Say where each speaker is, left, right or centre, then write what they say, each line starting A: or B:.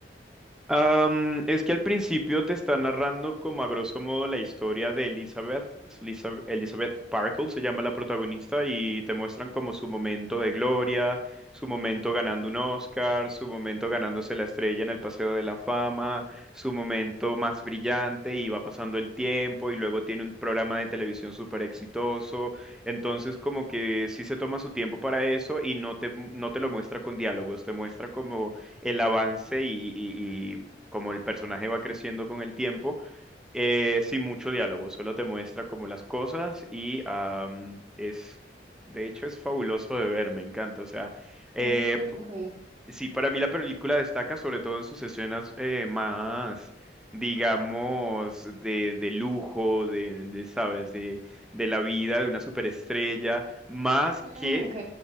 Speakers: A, in the centre; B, on the right.
A: Am, es que al principio te está narrando como a grosso modo la historia de Elizabeth, pues, Lisa- Elizabeth Parkle se llama la protagonista y te muestran como su momento de gloria, su momento ganando un Oscar, su momento ganándose la estrella en el Paseo de la Fama, su momento más brillante y va pasando el tiempo y luego tiene un programa de televisión súper exitoso, entonces como que sí se toma su tiempo para eso y no te, no te lo muestra con diálogos, te muestra como el avance y, y, como el personaje va creciendo con el tiempo, eh, sin mucho diálogo, solo te muestra como las cosas y am, es, de hecho, es fabuloso de ver, me encanta. O sea, eh,
B: Mm, ok.
A: p- sí, para mí la película destaca sobre todo en sus escenas eh, más, digamos, de, de lujo, de, de, ¿sabes? De, de la vida de una superestrella, más
B: Mm,
A: que
B: ok.